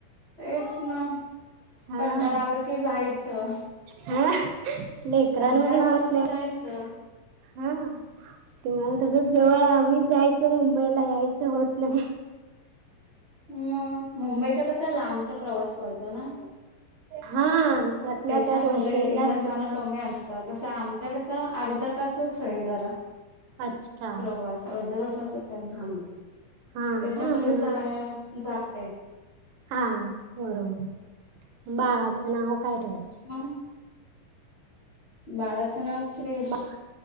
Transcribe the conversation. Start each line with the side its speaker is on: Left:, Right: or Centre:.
Left: तेच ना
Right: हा
Left: कंटाळा आलं की जायचं.
Right: हा लेकरानमध्ये
Left: कंटाळा
Right: होत
Left: आलं
Right: नाही.
Left: की जायचं.
Right: हा ते मला तसं जवळ आम्ही जायचं मुंबईला यायचं होत नाही.
Left: मग मुंबईचा कसा लांबचा प्रवास पडतो ना.
Right: हा. त्यातल्या
Left: त्याच्यामुळे
Right: त्यात वसईला
Left: येणं
Right: असल्यामुळं
Left: जाणं कमी असतात. चा आमचा कस अर्धा तासंच आहे जरा
Right: अच्छा
Left: प्रवास. अर्धतासासचं आहे हा
Right: हा
Left: त्याच्यामुले
Right: का म्हणून
Left: जाया जाते.
Right: हा बरोबर मग बाळाचं नाव काय ठेवलं?
Left: म बाळाचं नाव श्रीश
Right: बा